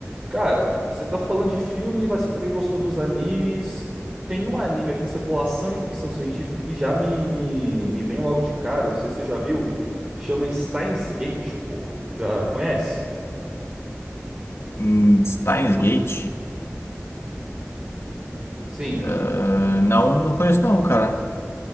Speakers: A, on the right; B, on the left.
A: Cara, você tá falando de filme, mas você também gostou dos animes. Tem um anime aqui, você falou ação e ficção científica, que já me, me, me vem logo de cara. Não sei se você já viu. Chama Steins Gate, pô. Já conhece?
B: Hum, Steins Gate?
A: Sim.
B: Ah, não, não conheço não, cara.